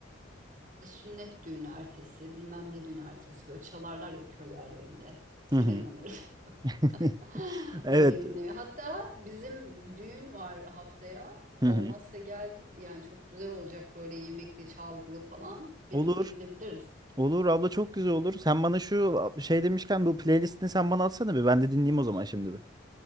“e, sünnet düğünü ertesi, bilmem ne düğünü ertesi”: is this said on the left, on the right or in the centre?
Right